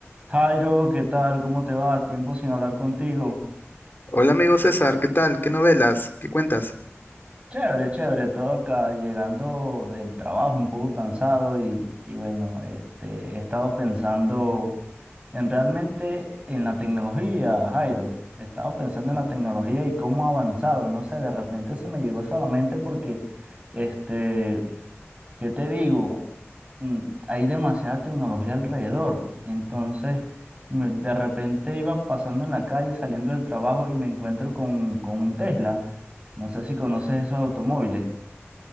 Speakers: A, on the right; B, on the left.
A: Jairo, ¿qué tal? ¿Cómo te va? Tiempo sin hablar contigo.
B: Hola amigo César, ¿qué tal? ¿Qué novelas? ¿Qué cuentas?
A: Chévere, chévere, todo acá, llegando del trabajo un poco cansado y, y bueno, este, he estado pensando en realmente en la tecnología, Jairo. He estado pensando en la tecnología y cómo ha avanzado. No sé, de repente se me llegó solamente porque este, ¿Qué te digo? Mm, Hay demasiada tecnología alrededor. Entonces, me- de repente iba pasando en la calle, saliendo del trabajo y me encuentro con, con un Tesla. No sé si conoces esos automóviles.